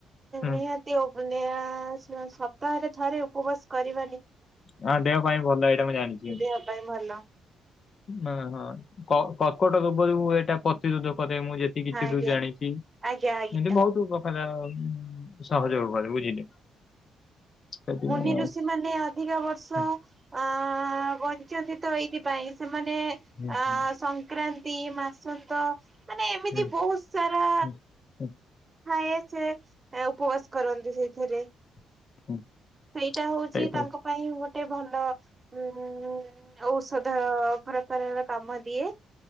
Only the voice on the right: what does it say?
ନିହାତି <unintelligible> ସପ୍ତାହରେ ଥରେ ଉପବାସ କରି
ଦେହ ପାଇଁ ଭଲ
ହଁ
ଆଜ୍ଞା
ଆଜ୍ଞା ଆଜ୍ଞା
ମୁନି
ଋଷି ମାନେ ଅଧିକ ବର୍ଷ
ଅ ବଞ୍ଚନ୍ତି ତ ଏଇଥିପାଇଁ ସେ ମାନେ ଅ
ସଂକ୍ରାନ୍ତି, ମାସନ୍ତ ମାନେ ଏମିତି
ବହୁତ୍ ସାରା
ଥାଏ ସେ ଉପବାସ କରନ୍ତି ସେଇଥିରେ ।
ସେଇଟା ହଉଛି
ତାଙ୍କ ପାଇଁ ଗୋ ଗୋଟେ ଭଲ ଉ ଔଷଧ ପ୍ରକାରର କାମ ଦିଏ ।